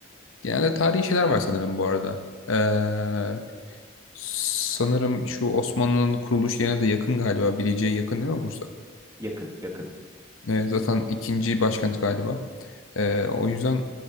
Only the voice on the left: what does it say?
Genelde tarihi
şeyler var sanırım bu arada. Ee, sanırım şu Osmanlı'nın kuruluş yerine de yakın galiba. Bilecik'e yakın değil mi Bursa?
Ee, zaten ikinci başkent galiba. Ee, o yüzden